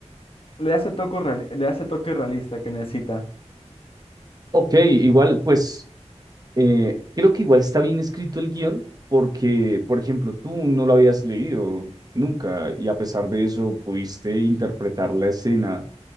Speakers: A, on the left; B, on the right.
A: le da ese toque reali- le da ese toque realista que necesita.
B: Ok, igual, pues eh, creo que igual está bien escrito el guión porque, por ejemplo, tú no lo habías leído nunca y a pesar de eso pudiste interpretar la escena